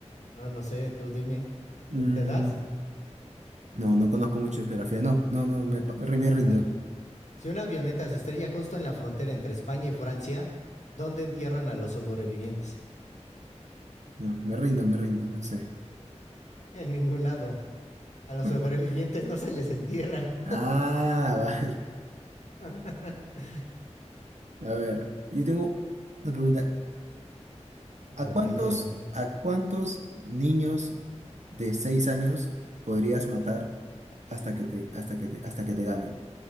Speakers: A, on the left; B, on the right.
A: No, no sé, tú dime.
B: Mm,
A: ¿Te das?
B: no, no conozco mucho de geografía. No, no, no, me, pa- re- me rindo.
A: A ver. Si una avioneta se estrella justo en la frontera entre España y Francia, ¿dónde entierran a los sobrevivientes?
B: No, me rindo, me rindo. No sé.
A: En ningún lado. A los
B: ¿Por
A: sobrevivientes
B: qué?
A: no se les entierra.
B: Ah, <laughs> vale.
A: <laughs>
B: A ver, yo tengo una pregunta. ¿A
A: ok,
B: cuántos,
A: a ver.
B: a cuántos niños de 6 años podrías matar hasta que te, hasta que te, hasta que te ganen?